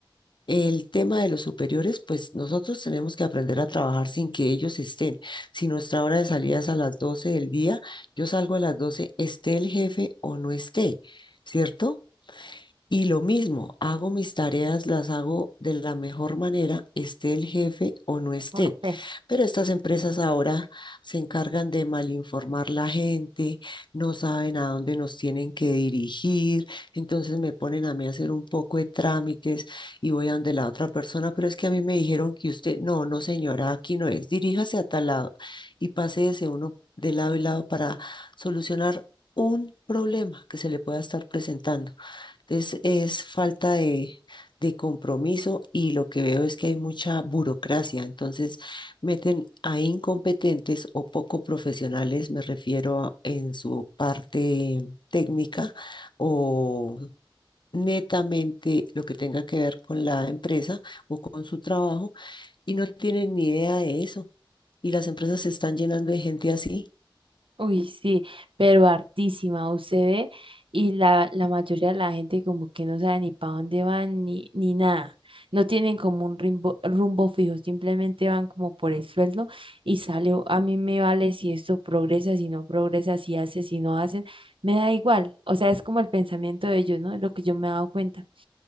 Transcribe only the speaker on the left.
el tema de los superiores, pues nosotros tenemos que aprender a trabajar sin que ellos estén. Si nuestra hora de salida es a las 12 del día, yo salgo a las 12, esté el jefe o no esté, ¿cierto? Y lo mismo, hago mis tareas, las hago de la mejor manera, esté el jefe o no esté.
Pero estas empresas ahora se encargan de malinformar la gente, no saben a dónde nos tienen que dirigir, entonces me ponen a mí a hacer un poco de trámites y voy a donde la otra persona, pero es que a mí me dijeron que usted, no, no señora, aquí no es, diríjase a tal lado y paséese uno de lado y lado para solucionar un problema que se le pueda estar presentando. Entonces es falta de, de compromiso y lo que veo es que hay mucha burocracia. Entonces meten a incompetentes o poco profesionales, me refiero a- en su parte técnica o netamente lo que tenga que ver con la empresa o con su trabajo y no tienen ni idea de eso. Y las empresas se están llenando de gente así.